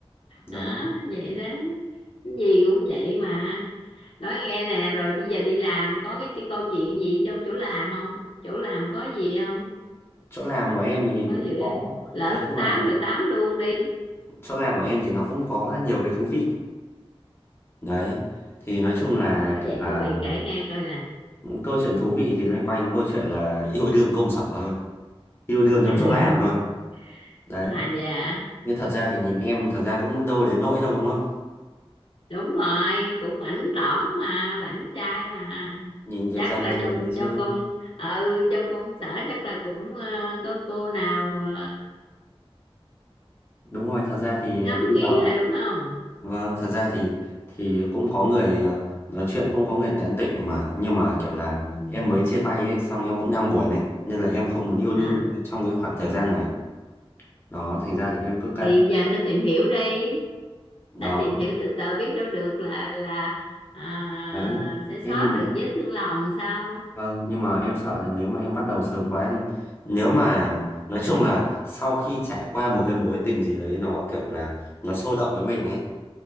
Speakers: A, on the left; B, on the left.
A: Đó.
B: đó vậy đó cái gì cũng vậy mà nói nghe nè rồi bây giờ đi làm có cái, cái câu chuyện gì trong chỗ làm không chỗ làm có gì không
A: Chỗ làm của em thì
B: có
A: cũng
B: gì
A: có
B: không? lỡ
A: nói chung
B: tám
A: là
B: rồi tám luôn đi
A: chỗ làm của em thì nó cũng có nhiều cái thú vị. Đấy. Thì nói chung là
B: có gì
A: kiểu
B: thú
A: là
B: vị kể nghe coi nè
A: câu chuyện thú vị thì loanh quanh câu chuyện là yêu đương công sở thôi. yêu đương
B: <laughs>
A: trong chỗ làm thôi đấy
B: à dạ
A: nhưng thật ra thì nhìn em thật ra cũng đâu đến nỗi đâu đúng không
B: đúng rồi cũng bảnh tỏn mà bảnh trai mà
A: nhìn đẹp
B: chắc
A: trai
B: là
A: luôn
B: trong
A: đấy chứ
B: trong công ừ trong công sở chắc là cũng ờ, có cô nào ờ,
A: đúng rồi thật ra thì
B: ngắm
A: bây
B: nghía
A: giờ
B: rồi đúng không
A: vâng thật ra thì thì cũng có người ờ, nói chuyện cũng có người tán tỉnh mà nhưng mà kiểu là
B: ừ.
A: em mới chia tay ấy xong em cũng đang buồn ấy nên là em không muốn yêu đương
B: À,
A: trong cái khoảng thời gian này đó thành ra là em cứ kệ
B: thì giờ anh ta tìm hiểu đi
A: đó
B: ta tìm hiểu từ từ biết đâu được là là à,
A: đấy
B: sẽ
A: em
B: xóa
A: nhưng mà
B: được vết thương lòng sao
A: Vâng, nhưng mà em sợ là nếu mà em bắt đầu sớm quá thì nếu mà nói chung là sau khi trải qua một cái mối tình gì đấy nó kiểu là nó sôi động với mình ấy,